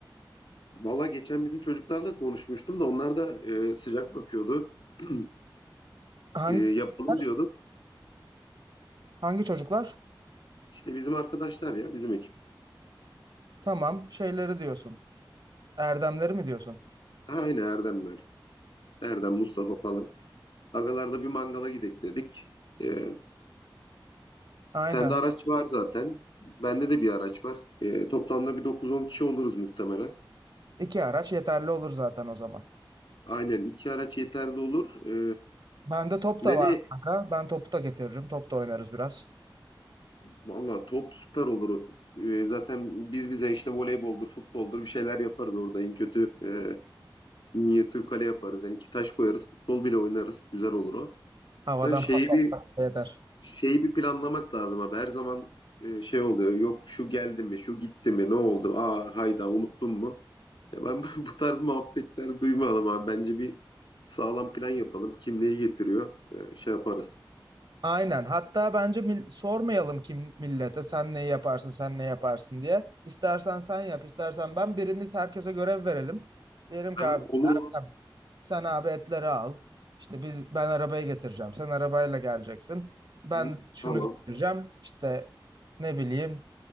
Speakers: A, on the left; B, on the right.
A: Valla geçen bizim çocuklarla konuşmuştum da onlar da e, sıcak bakıyordu. <clears throat>
B: Hangi
A: E, yapalım
B: çocuklar?
A: diyorduk.
B: hangi çocuklar?
A: İşte bizim arkadaşlar ya bizim ekip.
B: Tamam şeyleri diyorsun. Erdemleri mi diyorsun?
A: Ha, aynı Erdemler. Erdem, Mustafa falan. Agalarla bir mangala gidek dedik. E,
B: Aynen.
A: sende araç var zaten. Bende de bir araç var. E, toplamda bir dokuz on kişi oluruz muhtemelen.
B: İki araç yeterli olur zaten o zaman.
A: Aynen iki araç yeterli olur. E,
B: Bende top
A: Nereye?
B: da var kanka. Ben topu da getiririm. Top da oynarız biraz.
A: Valla top süper olur. Ee, zaten biz bize işte voleyboldur, futboldur bir şeyler yaparız orada. En kötü e, minyatür kale yaparız. Yani iki taş koyarız, futbol bile oynarız. Güzel olur o.
B: Havadan
A: Da şeyi
B: pas
A: bir
B: da yeter.
A: şeyi bir planlamak lazım abi. Her zaman e, şey oluyor. Yok şu geldi mi, şu gitti mi, ne oldu? Aa hayda unuttun mu? Ya ben <laughs> bu tarz muhabbetler duymayalım abi. Bence bir sağlam plan yapalım. Kim neyi getiriyor? e, şey yaparız.
B: Aynen. Hatta bence mil- sormayalım kim millete sen ne yaparsın sen ne yaparsın diye. İstersen sen yap, istersen ben birimiz herkese görev verelim. Diyelim
A: Ha,
B: ki abi
A: olur olur.
B: Ertem, sen abi etleri al. İşte biz ben arabayı getireceğim. Sen arabayla geleceksin. Ben
A: Hı,
B: şunu
A: tamam.
B: getireceğim. İşte ne bileyim.